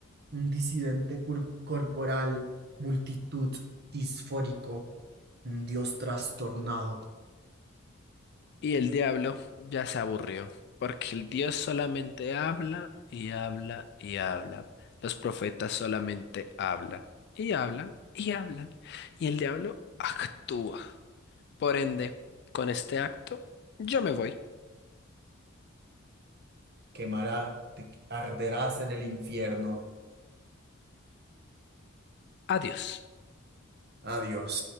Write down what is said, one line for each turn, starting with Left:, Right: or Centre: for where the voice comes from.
Right: Un disidente cur- corporal, multitud disfórico, un Dios trastornado.
Left: Y el diablo ya se aburrió, porque el Dios solamente habla y habla y habla. Los profetas solamente hablan y hablan y hablan. Y el diablo actúa. Por ende, con este acto, yo me voy.
Right: Quemará, te arderás en el infierno.
Left: Adiós.
Right: Adiós.